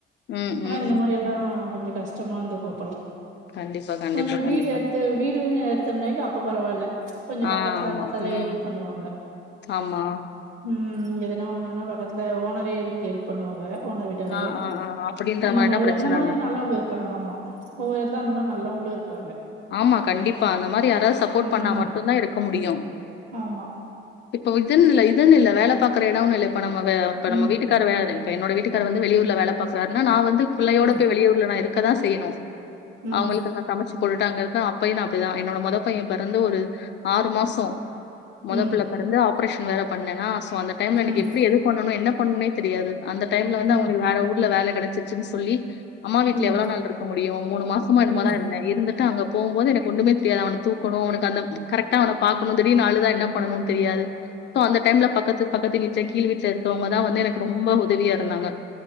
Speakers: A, on the left; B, on the right.
A: ம்,
B: ஆனா
A: ம்,
B: இந்த
A: ம்.
B: மாறி ல்லாம் கொஞ்சம் கஷ்டமாந்துக்கு அப்பல்லா
A: கண்டிப்பா கண்டிப்பா,
B: கொஞ்சம்
A: கண்டிப்பா.
B: வீடு எத்து வீடுன் எடுத்தம்னக் அப்ப பரவால்ல கொஞ்சம்
A: ஆ,
B: பக்கத்துல
A: ஆமா.
B: அக்கத்தல்லாம்
A: ம்.
B: ஹெல்ப் பண்ணுவாங்க
A: ஆமா
B: ம் எதுனா ஒண்ணுன்னா பக்கத்துல ஓனரே எழுந்து கெல்ப் பண்ணுவாங்க ஓனர் விட்டாரே
A: ஆ, ஆ, ஆ. அப்படின்ற
B: அந்த
A: மாரினா
B: மாறி
A: பிரச்சன
B: அந்த மாறியு
A: இல்ல.
B: நல்லவுங்க இருக்காங்க ஆமா ஒவ்வொரு எடத்துல அந்தமாறி நல்லவுங்களும் இருக்காங்க
A: ஆமா கண்டிப்பா அந்த மாறி யாராவது சப்போட்
B: ம்
A: பண்ணா மட்டுந்தான் இருக்க முடியும்
B: ஆமா
A: இப்போ இதுன்னுல இதுன்னில்ல வேல பாக்குற எடம்னில இப்ப நம்ம இப்ப
B: ம்
A: நம்ம வீட்டுக் காரு வராரு இப்ப என்னோட வீட்டுக்காரு வந்து வெளியூர்ல வேல பாக்குறார்னா நா வந்து பிள்ளையோட
B: ம்
A: போய் வெளியூர்ல நா இருக்கதான் செய்யுணு
B: ம்
A: அவுங்குளுக்கு தா சமச்சு போட்டுட்டங்கிருக்கன் அப்பையு நா அப்பிடிதான் என்னோட மொத பையன் பெறந்து ஒரு ஆறு மாசம் மொதப்பிள்ள
B: ம்
A: பெறந்து ஆப்ரேஷன் வேற பண்ணேனா சோ அந்த டைம்ல
B: ம்
A: எனக்கு எப்பிடி எது பண்ணுனும என்ன பண்ணனுனே தெரியாது அந்த டைம்ல வந்து
B: ம்
A: அவுங்குளுக்கு வேற ஊர்ல வேல கெடச்சிச்சுன்னு சொல்லி அம்மா வீட்ல
B: ம்
A: எவ்ளோ நாள்ருக்க முடியும் மூணு மாசமோ என்னமோதாருந்தன்
B: ம்
A: இருந்துட் டு அங்க போம்போது எனக்கு ஒண்ணுமே தெரியாது அவன தூக்குணும் அவனுக்கந்த கரெக்ட்டா அவன பாக்கணும் திடீர்னு அழுதா என்ன பண்ணனு தெரியாது சோ அந்த டைம்ல பக்கத்து பக்கத்து வீட்ல கீழ் வீட்ல இருக்கவங்கதான் வந்து எனக்கு ரொம்ப உதவியாருந்தாங்க